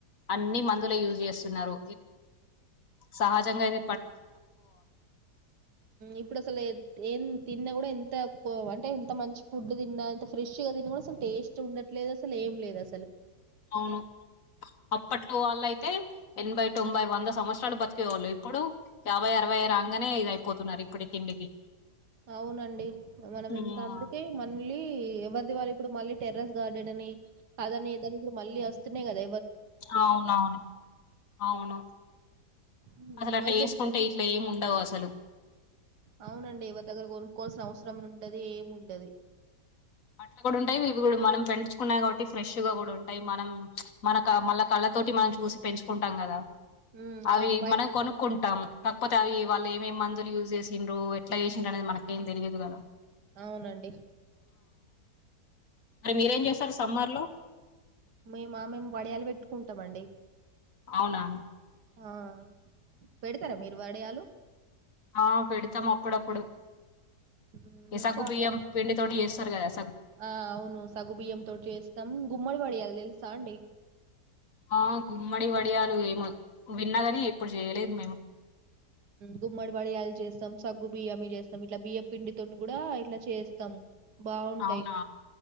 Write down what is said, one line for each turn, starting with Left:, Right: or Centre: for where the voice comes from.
Left: అన్ని మందులే యూజ్ చేస్తున్నారు సహజంగా ఇద
Right: ఇప్పుడసలు ఎన్ ఏం తిన్న కూడా ఎంత ఎక్కువ అంటే ఎంత మంచి ఫుడ్ తిన్నా ఎంత ఫ్రెష్గా తిన్నా కూడా అసలు టేస్ట్ ఉండట్లేదు అసలు ఏం లేదు అసలు
Left: అవును అప్పట్లో వాళ్ళు అయితే ఎనభై, తొంభై, వంద సంవత్సరాలు బతికేవాళ్ళు. ఇప్పుడు యాభై, అరవై రాంగనే ఇది అయిపోతున్నారు ఇప్పటి తిండికి
Right: అవునండి మనం
Left: ఉమ్,
Right: ఇంత అందుకే మళ్ళీ ఎవరిది వారే ఇప్పుడు మళ్ళీ టెర్రెస్ గార్డెన్ అని అదని, ఇదని ఇప్పుడు మళ్ళీ వస్తున్నాయి కదా
Left: అవునవును అవును
Right: హ్మ్.
Left: అసలు అట్లా
Right: మరి
Left: వేసుకుంటే
Right: మీరు
Left: ఇట్ల ఏమి ఉండవు అసలు
Right: అవునండి ఎవరి దగ్గర కొను కోవాల్సిన అవసరం ఉండది ఏమి ఉండది
Left: అట్లా కూడా ఉంటాయి ఇవి కూడా మనం పెంచుకున్నా కాబట్టి ఫ్రెష్ గా కూడా ఉంటాయి మనం మన మళ్ కళ్ళ తోటి మనం చూసి పెంచుకుంటాం కదా
Right: హ్మ్.
Left: అవి
Right: అవును. బయట
Left: మనం కొనుక్కుంటాము కాకపోతే అవి వాళ్ళు ఏమేమి మందులు యూజ్ చేసిండ్రు ఎట్లా చేసిండ్రు అనేది మనక ఏం తెలియదు కదా
Right: అవునండి
Left: మరి మీరేం చేస్తారు సమ్మర్లో
Right: మేము ఆ మేము వడియాలు పెట్టుకుంటామండి
Left: అవునా
Right: ఆ పెడతారా మీరు వడియాలు
Left: ఆ పెడతాం అప్పుడప్పుడు
Right: హ్మ్.
Left: ఈ
Right: మేము
Left: సగ్గుబియ్యం
Right: చాలా
Left: పిండితో చేస్తాం <unintelligible>
Right: ఆ అవును సగుబియ్యం తోటి చేస్తాం గుమ్మడి వడియాలు తెల చాండి
Left: ఆ గుమ్మడి వడియాలు ఏమో విన్నాదని ఎప్పుడు చేయలేదు మేము
Right: గుమ్మడి వడియాలు చేస్తాం సగ్గు బియ్యమ చేస్తాం ఇట్లా బియ్య పిండితో కూడా ఇట్లా చేస్తాం బాగుంటాయి
Left: అవునా